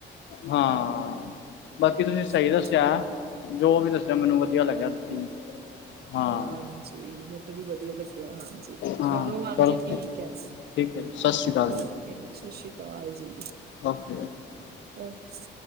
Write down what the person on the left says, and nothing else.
ਹਾਂ, ਬਾਕੀ ਤੁਸੀਂ
ਸਹੀ ਦੱਸਿਆਂ।
ਜੋ ਵੀ ਦੱਸਿਆਂ, ਮੈਨੂੰ ਵਧੀਆ ਲੱਗਿਆਂ ਤੁਸੀਂ ਹਾਂ
ਹਾਂ
ਚਲੋ
ਠੀਕ ਐ ਜੀ। ਸ਼੍ਰੀ ਅਕਾਲ
ਓਕੇ।